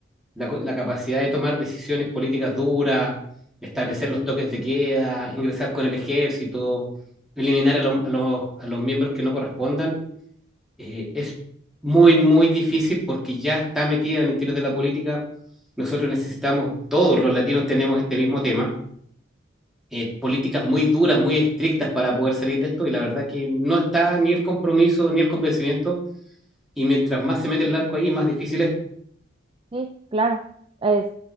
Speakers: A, in the centre; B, on the right.
A: la, co- la capacidad de tomar decisiones políticas duras, establecer los toques de queda, ingresar con el ejército, eliminar a, los- a los, a los miembros que no correspondan, eh, es muy, muy difícil porque ya está metida en el interior de la política. Nosotros necesitamos, todos los latinos tenemos este mismo tema, eh, políticas muy duras, muy estrictas para poder salir de esto y la verdad que no está ni el compromiso ni el convencimiento y mientras más se mete el narco ahí, más difícil es.
B: Sí, claro, es